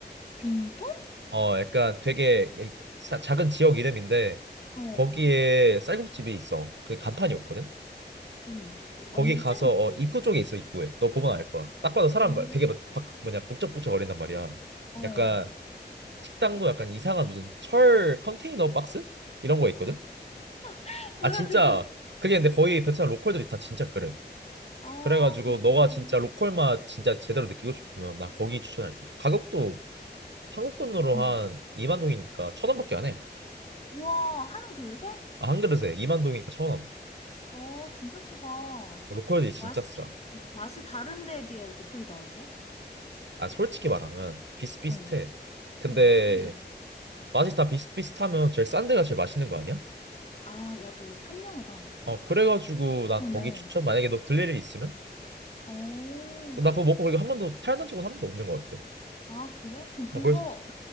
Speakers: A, on the left; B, on the right.
A: 빙톤?
B: 어 약간 되게 자- 작은 지역 이름인데
A: 어,
B: 거기에
A: 어,
B: 쌀국집이 있어. 그 간판이 없거든.
A: 어. 완전
B: 거기 가서
A: 찐 보컬이네.
B: 어, 입구 쪽에 있어 입구에. 너 보면 알 거야. 딱 봐도 사람
A: 어,
B: 막 되게 막 박- 뭐냐 북적북적 거린단 말이야.
A: 어.
B: 약간 식당도 약간 이상한 무슨 철 컨테이너 박스 이런 거 있거든.
A: <laughs> 뭐야,
B: 아 진짜
A: 그게?
B: 그게 근데 거의 베트남 로컬들이 다 진짜 그래.
A: 아,
B: 그래가지고
A: 그렇구나.
B: 너가 진짜 로컬 맛 진짜 제대로 느끼고 싶으면 나 거기 추천할게. 가격도 한국 돈으로
A: 얼만데?
B: 한 2만 동이니까 천 원밖에 안 해.
A: 우와, 한 그릇에?
B: 아, 한 그릇에 2만 동이니까 천 원.
A: 어, 진짜 싸다.
B: 로컬이 진짜
A: 맛이,
B: 싸.
A: 마- 맛이 다른 데에 비해 어떻게 다른데?
B: 아 솔직히 말하면 비슷비슷해.
A: 어,
B: 근데
A: 어. 근데,
B: 맛이 다 비슷비슷하면 제일 싼 데가 제일 맛있는 거 아니야?
A: 아, 야, 너 현명하다.
B: 어 그래가지고 난
A: 그러네.
B: 거기 추천 만약에 너 들릴 일이 있으면
A: 어,
B: 어, 나 그거 먹고 그리고 한 번도 탈난 적은 한 번도 없는 것 같아.
A: 아, 그래? 그럼 그거랑
B: 어, 거기서